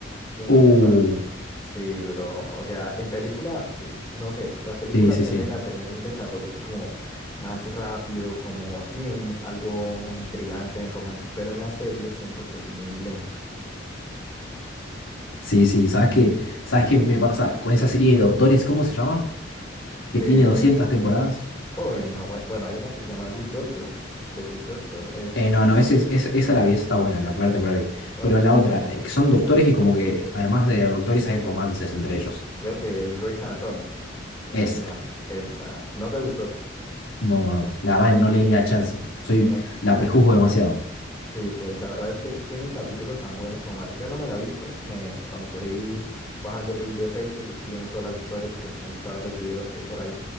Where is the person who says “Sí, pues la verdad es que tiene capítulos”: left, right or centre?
Left